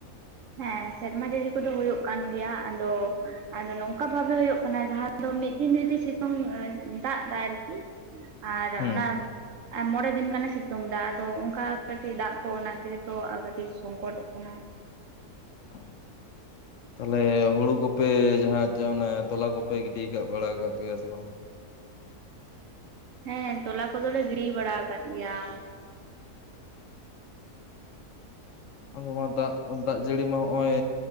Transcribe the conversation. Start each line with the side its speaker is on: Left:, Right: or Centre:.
Right: ᱦᱮᱸ, ᱥᱮᱨᱢᱟ ᱡᱟᱹᱲᱤ ᱠᱚᱫᱚ, ᱦᱩᱭᱩᱜ ᱠᱟᱱ ᱜᱮᱭᱟ ᱾ ᱟᱫᱚ, ᱟᱫᱚ ᱱᱚᱝᱠᱟ ᱵᱷᱟᱵᱮ ᱦᱩᱭᱩᱜ ᱚᱱᱟ ᱡᱟᱦᱟᱸ ᱫᱚ, ᱢᱤᱫ ᱫᱤᱱ ᱡᱩᱫᱤ ᱥᱤᱛᱩᱝ ᱮᱻ ᱫᱟᱜ ᱮᱫᱟ, ᱟᱨᱠᱤ, ᱟᱨ
Left: ᱦᱩᱸ
Right: ᱚᱱᱟ ᱟᱨ, ᱢᱚᱬᱮ ᱫᱤᱱ ᱜᱟᱱᱮ, ᱥᱤᱛᱩᱝ ᱮᱫᱟ, ᱟᱫᱚ, ᱚᱱᱠᱟ ᱠᱟᱹᱴᱤᱡ ᱫᱟᱜ ᱠᱚ, ᱚᱱᱟ ᱛᱮᱜ ᱛᱚ, ᱠᱟᱹᱴᱤᱡ ᱥᱚᱝᱠᱚᱴᱚᱜ ᱠᱟᱱᱟ᱾
Left: <inaudible> <inaudible> <unintelligible> ᱛᱟᱦᱚᱞᱮ, ᱦᱩᱲᱩ ᱠᱚᱯᱮ ᱡᱟᱦᱟᱸ ᱛᱚᱞᱟ ᱠᱚᱯᱮ ᱜᱤᱰᱤ ᱠᱟᱜ, ᱵᱟᱲᱟ ᱠᱟᱜ ᱜᱮᱭᱟ ᱥᱮ ᱵᱟᱝ ᱟ?
Right: ᱦᱮᱸ, ᱛᱚᱞᱟ ᱠᱚᱫᱚ ᱞᱮ, ᱜᱤᱰ ᱤ ᱵᱟᱲᱟ ᱟᱠᱟᱫ ᱜᱮᱭᱟ ᱾
Left: ᱟᱫᱚ ᱢᱟ, ᱫᱟᱜ, ᱫᱟᱜ ᱡᱟᱹᱲᱤ ᱢᱟ, ᱦᱚᱜᱼᱚᱭ